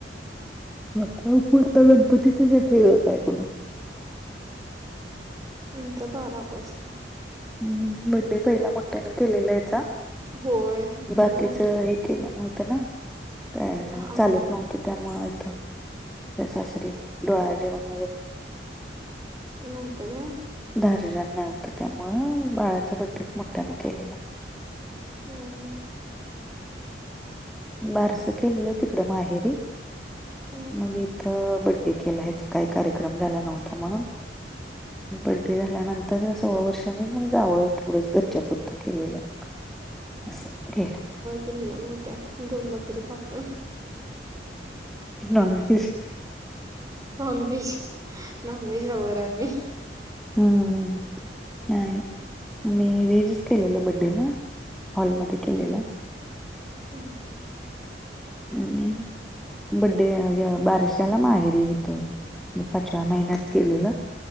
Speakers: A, in the centre; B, on the right.
A: <unintelligible>
B: आमचा बारा ऑगस्ट.
A: हम्.. बडे् पहिला मोठ्याने केलेला हेचा
B: होय
A: बाकीच
B: मग
A: एक. केलं नव्हतं ना, काय
B: आम
A: चालत नव्हतं त्यामुळं आता. त्या सासरी डोहाळ जेवण वगैरे,
B: नव्हतं काय?
A: दारजण नव्हतं त्यामुळं बाळाचा, बड्डेच मोठ्याने केलेला.
B: हम् हम.
A: बारसं केलेलं, तिकडं माहेरी.
B: हम्म
A: मग इथं बड्डे केला ह्याचा, काही कार्यक्रम झाला नव्हता. म्हणून बड्डे झाल्यानंतर, सोळा वर्षांनी मग जावंळ थोडंसं. घरच्या पुुरतं केलेलं, मग असं केलं मगं.
B: केलेल्या मोठ्या, दोन बकरी कापून.
A: नॉनव्हेज.
B: नॉनव्हेज नॉनव्हेज लवर आहे मी.
A: हम्म. नाही मी व्हेजच केलेला, बड्डेला हॉलमध्ये केलेला.
B: हम्म हं.
A: <unintelligible> बड्डे बारशाला माहेरी होतं, पाचव्या महिन्यात केलेलं.